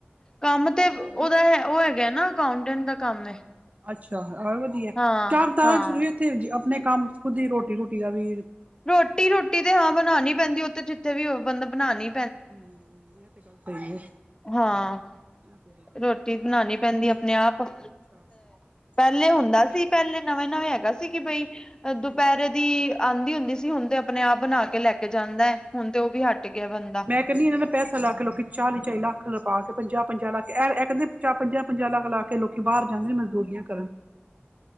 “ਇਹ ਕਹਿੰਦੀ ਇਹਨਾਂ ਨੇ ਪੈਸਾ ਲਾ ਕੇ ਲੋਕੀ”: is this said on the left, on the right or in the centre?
Right